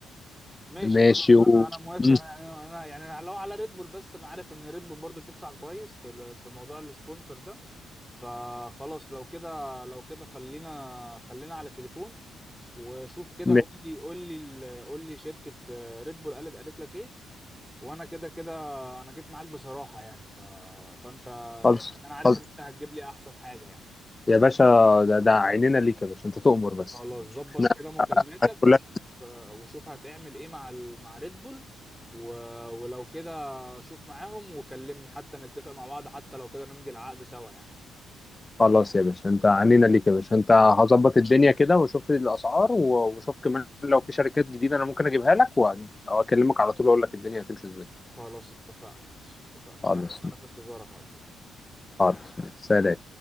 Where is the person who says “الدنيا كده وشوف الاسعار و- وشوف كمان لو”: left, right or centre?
Left